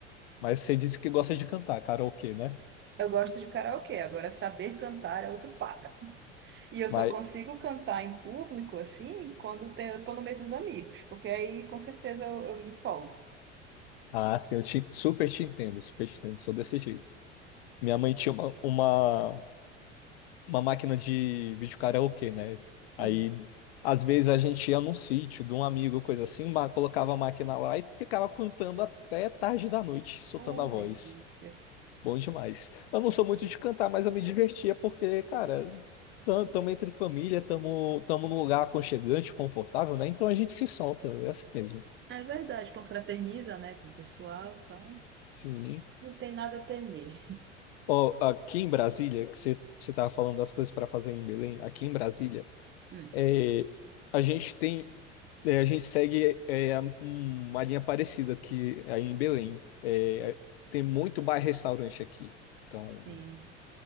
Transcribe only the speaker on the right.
Eu gosto de karaokê, agora saber cantar é outro papo. E eu
só consigo cantar em público, assim, quando te- eu tô no meio dos amigos, porque aí com certeza eu, eu me solto.
Sim.
Oh,
delícia.
É verdade, confraterniza, né, com o pessoal, então
não tem nada a temer.
Hum,
sim.